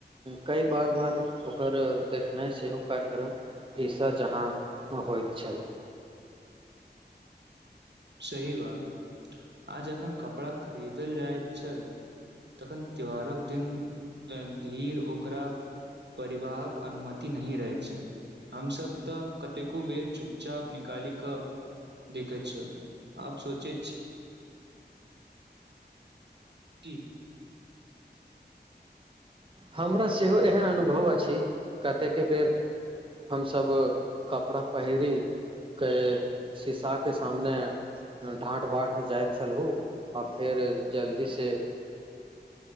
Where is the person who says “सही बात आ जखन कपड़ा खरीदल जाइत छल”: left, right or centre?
Right